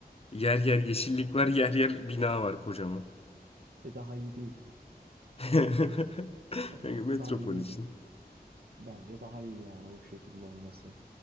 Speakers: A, on the left; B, on the right.
A: Yer yer yeşillik var, yer yer bina var kocaman.
B: E daha iyi değil mi?
A: <laughs>
B: Hani
A: Yani metropol
B: daha iyi değil
A: için.
B: mi? Bence daha iyi yani bu şekilde olması.